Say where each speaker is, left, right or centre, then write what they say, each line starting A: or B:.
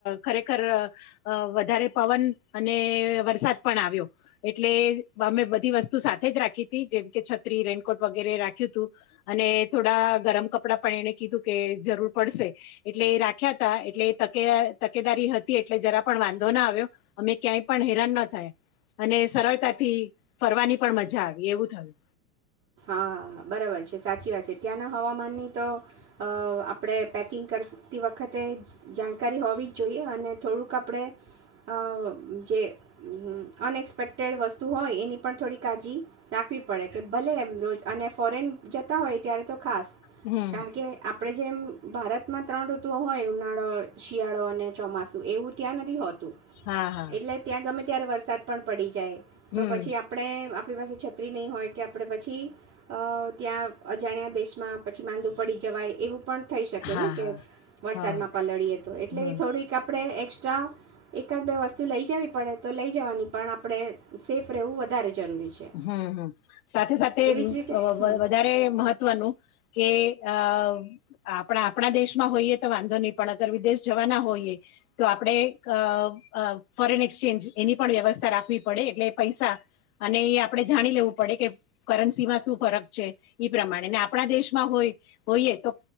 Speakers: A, on the left (about 60°); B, on the right (about 25°).
A: ખરેખર અ વધારે પવન અને વરસાદ પણ આવ્યો એટલે અમે બધી વસ્તુ સાથે જ રાખી તી. જેમ કે, છત્રી, રેનકોટ વગેરે રાખ્યું તું. અને થોડા ગરમ કપડાં પણ એને કીધું કે જરૂર પડશે. એટલે એ રાખ્યા તા. એટલે તકે તકેદારી હતી એટલે જરા પણ વાંધો ના આવ્યો. અમે ક્યાંય પણ હેરાન ના થયા. અને સરળતાથી ફરવાની પણ મજા આવી એવું થયું.
B: હા બરાબર છે. સાચી વાત છે. ત્યાંના હવામાનની તો અ આપણે પેકિંગ કરતી વખતે જ જાણકારી હોવી જ જોઈએ. અને થોડુંક આપણેે અ જે અનએક્સપેક્ટેડ વસ્તુ હોય એની પણ થોડી કાળજી રાખવી પડે. કે ભલે એમ તો અને ફોરેન જતા હોય ત્યારે તો ખાસ.
A: હમ. આપણે
B: કારણ કે આપણે જેમ ભારતમાં ત્રણ ઋતુઓ હોય. ઉનાળો શિયાળો અને ચોમાસું એવું ત્યાં નથી હોતું.
A: હા હા.
B: એટલે ત્યાં ગમે ત્યારે વરસાદ પણ પડી જાય.
A: હમ.
B: તો પછી આપણે આપણી પાસે છત્રી નહીં હોય કે આપણે પછી ત્યાં અજાણ્યા દેશમાં પછી માંદું પડી જવાય એવું પણ થઈ શકે
A: હા
B: ને કે
A: હા
B: વરસાદમાં
A: હા
B: પલળીએ તો એટલે
A: હમ.
B: એ થોડીક આપણે એસ્ટ્રા એકાદ બે વસ્તુ લઈ જવી પડે તો લઈ જવાની. પણ આપણે સેફ રહેવું વધારે જરૂરી છે.
A: હમ્મ સાથે સાથે
B: એવી જ રીતે હમ
A: વધારે મહ મહવનું કે આ આપણા આપણા દેશમાં હોઈએ તો વાંધો નહી પણ અગર વિદેશ જવાના હોઈએ તો આપણે અ ફોરેન એક્સચેન્જ ની પણ વ્યવસ્થા રાખવી પડે. એટલે પૈસા અને એ આપડણે જાણી લેવું પડે કે કરન્સીમાં શું ફરક છે. ઈ પ્રમાણે ને આપણા દેશમાં હોય હોઈએ તો